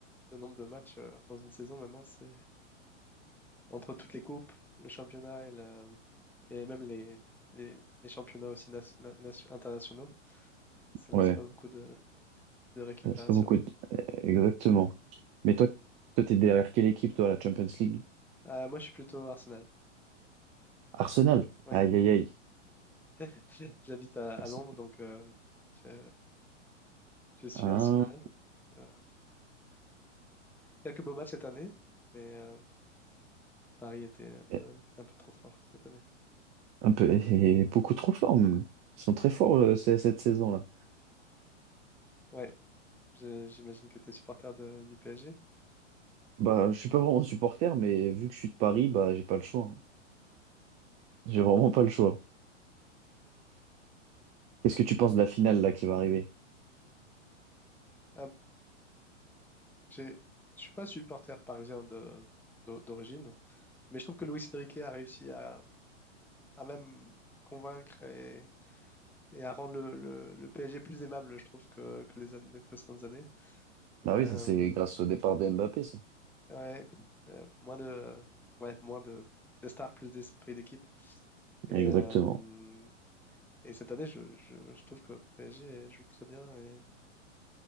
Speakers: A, in the centre; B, on the right (about 20°).
A: le nombre de matchs euh, dans une saison maintenant, c'est entre toutes les coupes, le championnat et, le- et même les, les, les championnats aussi nas- na- nas- internationaux. Ça laisse
B: Ouais,
A: pas beaucoup de, de récupération.
B: ça laisse pas beaucoup. de- Euh, Exactement. Mais toi, toi, t'es derrière quelle équipe, toi, à la Champions League?
A: Euh, moi, je suis plutôt Arsenal.
B: Arsenal.
A: Oui,
B: Aïe, aïe, aïe.
A: <laughs> j'habite à,
B: Elles
A: à Londres,
B: sont-
A: donc euh, je, je suis
B: Ah.
A: Arsenal. Euh, quelques beaux matchs cette année, mais euh, Paris était un peu,
B: Mais
A: un peu trop fort cette année.
B: Un peu, et beaucoup trop fort même. Ils sont très forts euh, ces- cette saison-là.
A: Ouais, je- j'imagine que tu es supporter de- du PSG.
B: Bah, je suis pas vraiment supporter, mais vu que je suis de Paris, bah, j'ai pas le choix. hein. J'ai vraiment pas le choix. Qu'est-ce que tu penses de la finale là qui va arriver?
A: Ah, j'ai- je suis pas supporter parisien de, d'o- d'origine, mais je trouve que Luis Enrique a réussi à, à même convaincre et, et à rendre le, le- le PSG plus aimable, je trouve, que, que les, an- les précédentes années.
B: Bah
A: Euh,
B: oui, ça c'est grâce au départ de Mbappé, ça.
A: ouais, euh, moins de, ouais, moins de, de stars, plus d'esprit d'équipe. Et,
B: Exactement.
A: euh, et cette année, je, je, je trouve que PSG joue très bien